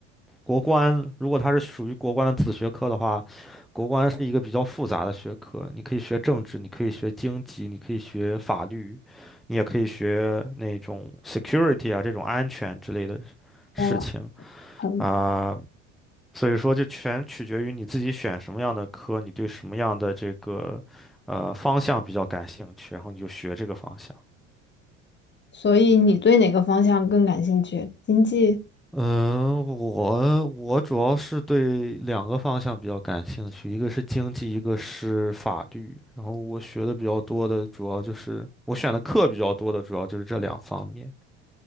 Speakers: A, in the centre; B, on the left.
A: 国关如果它是属于国关的子学科的话，国关是一个比较复杂的学科，你可以学政治，你可以学经济，你可以学法律，你也可以学那种 security 啊这种安全之类的事情
B: 我很
A: 啊，所以说就全取决于你自己选什么样的科，你对什么样的这个呃方向比较感兴趣，然后你就学这个方向。
B: 所以你对哪个方向更感兴趣？经济
A: 嗯，我我主要是对两个方向比较感兴趣，一个是经济，一个是法律。然后我学的比较多的，主要就是我选的课比较多的，主要就是这两方面。